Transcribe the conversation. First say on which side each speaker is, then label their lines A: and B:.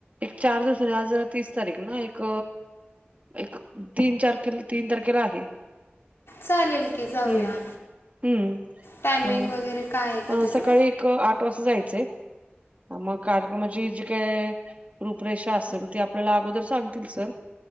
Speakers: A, on the right; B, on the left.
A: एक चार दिवसानी आज तीस तारीख ना एक एक तीन तारखेला तीन तारखेला आहे
B: चालेल की जाऊया
A: हम्म हम्म
B: टायमिंग
A: मग
B: वगैरे काय आहे का
A: अ
B: त्याचं
A: सकाळी एक आठ वाजता जायच मग कार्यक्रमाची जी काय रूपरेषा असेल ती आपल्याला अगोदर सांगतील सर